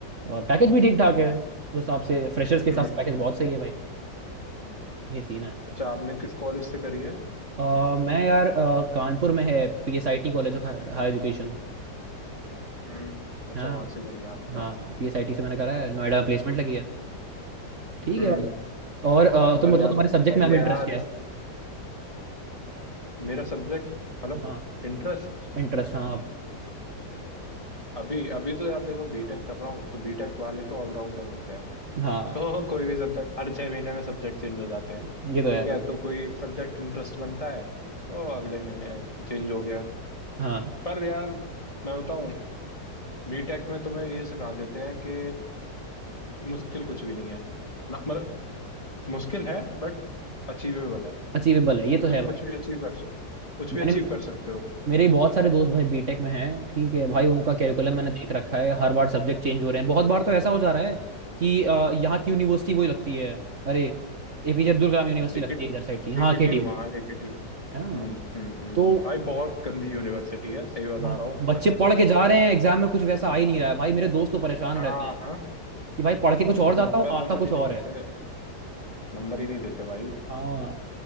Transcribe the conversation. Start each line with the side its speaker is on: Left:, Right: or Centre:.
Right: और पैकेज भी ठीक ठाक है उस हिसाब से फ्रेशर्स के
Left: हम्म
Right: हिसाब से पैकेज बहुत सही है भाई ये सीन है
Left: अच्छा आपने किस कॉलेज से करी है
Right: अ, मैं यार अ, कानपुर में है PSIT college of higher education
Left: हम्म अच्छा
Right: हाँ
Left: वहां से करी है आपने
Right: हाँ पीएसआईटी से मैंने करा है नोएडा में प्लेसमेंट लगी है ठीक
Left: हम्म
Right: है भाई और अ, तुम
Left: अरे
Right: बताओ
Left: यार
Right: तुम्हारे सब्जेक्ट
Left: सही
Right: में अभी
Left: है
Right: इंटरेस्ट
Left: यार
Right: क्या है
Left: मेरा सब्जेक्ट मतलब
Right: हाँ
Left: इंटरेस्ट
Right: इंटरेस्ट हाँ अब-
Left: अभी अभी तो यार देखो बीटेक कर रहा हूँ तो बीटेक वाले तो ऑलराउंडर होते हैं
Right: हाँ
Left: तो कोई भी सब्जेक्ट हर छह महीने में सब्जेक्ट चेंज हो जाते हैं
Right: ये तो
Left: ठीक
Right: है
Left: है तो कोई एक सब्जेक्ट इंटरेस्ट बनता है वो अगले महीने चेंज हो गया
Right: हाँ
Left: पर यार मैं बताऊं बीटेक में तुम्हें ये सिखा देते हैं कि मुश्किल कुछ भी नहीं है ना मतलब मुश्किल है बट अचीवेबल है
Right: अचीवेबल है ये
Left: कि
Right: तो है
Left: तुम
Right: भाई
Left: कुछ भी अचीव कर सकते हो कुछ
Right: मैंने
Left: भी अचीव
Right: भी
Left: कर सकते हो
Right: मेरे भी बहुत सारे दोस्त भाई बीटेक में हैं ठीक है भाई उनका कैरिकुलम
Left: हम्म
Right: मैंने देख रखा है हर बार सब्जेक्ट चेंज हो रहे हैं बहुत बार तो ऐसा हो जा रहा है कि अ, यहाँ की यूनिवर्सिटी वही लगती है अरे एपीजे अब्दुल कलाम यूनिवर्सिटी
Left: एक
Right: लगती
Left: ही
Right: है इधर साइड की हाँ
Left: एक ही
Right: केटीयू
Left: ट्यू हाँ एक ही हम्म
Right: है ना
Left: हम्म हम्म
Right: तो
Left: भाई बहुत गंदी यूनिवर्सिटी है सही बता
Right: ब-
Left: रहा
Right: बच्चे
Left: हूँ
Right: पढ़
Left: <laughs>
Right: के जा रहे हैं एग्जाम में कुछ वैसा आ ही नहीं रहा है भाई मेरे दोस्त तो परेशान
Left: हाँ
Right: रहते हैं
Left: हाँ
Right: कि भाई पढ़ के कुछ और
Left: नंबर
Right: जाता हूँ आता
Left: नंबर
Right: कुछ
Left: ही
Right: और
Left: नहीं देते
Right: है
Left: नंबर ही नहीं देते भाई
Right: हाँ